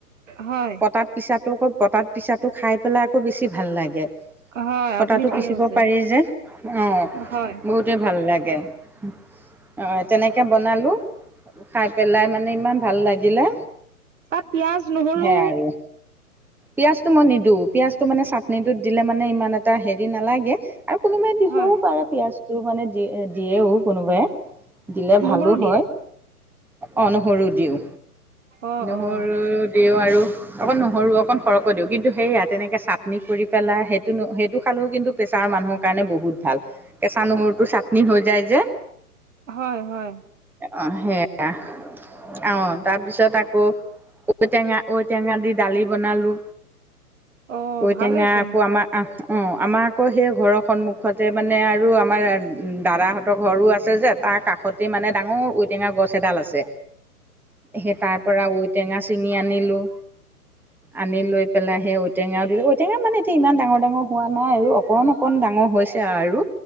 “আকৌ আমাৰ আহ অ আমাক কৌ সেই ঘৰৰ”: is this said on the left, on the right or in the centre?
Centre